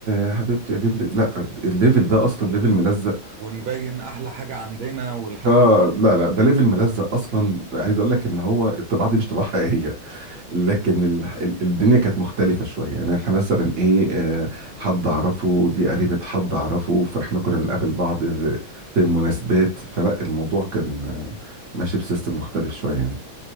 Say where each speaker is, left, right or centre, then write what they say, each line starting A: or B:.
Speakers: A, on the right; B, on the right.
A: يا حبيبتي اجيب لك لا الليفل ده اصلا ليفل ملزق
B: ونبين احلى حاجة عندنا والحاجات
A: اه
B: دي
A: لا لا ده ليفل ملزق اصلا عايز اقول لك ان هو الطباعه دي مش طباعه حقيقيه لكن ال... ال- الدنيا كانت مختلفة شوية يعني احنا مثلا ايه آه، حد اعرفه دي قريبة حد اعرفه فاحنا كنا بنقابل بعض في
B: امم
A: في مناسبات فلا الموضوع كان آه، ماشي بسيستم مختلف شوية يعني